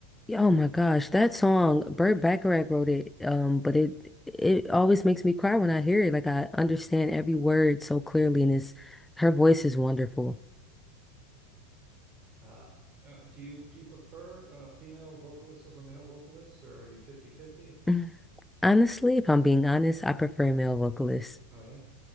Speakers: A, in the centre; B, on the right.
A: Yeah, Oh my gosh, that song, Burt Bacharach wrote it. Um, but it it always makes me cry when I hear it. Like I understand every word so clearly,
B: Mm.
A: and it's her voice is wonderful.
B: Uh, uh, do you do you prefer uh, female vocalists over male vocalists, or are you fifty-fifty?
A: N- Honestly, if I'm being honest, I prefer male vocalists.
B: Oh yeah.